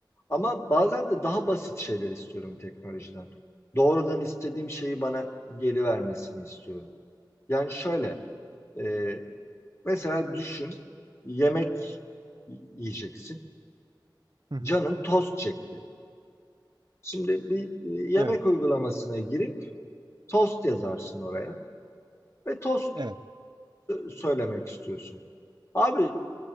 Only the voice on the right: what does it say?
Hı hı.
Evet,
evet,